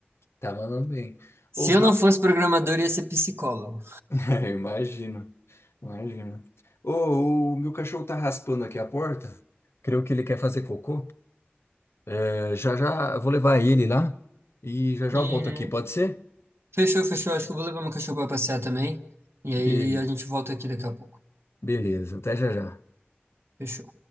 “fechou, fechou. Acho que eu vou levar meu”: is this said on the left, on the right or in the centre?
Right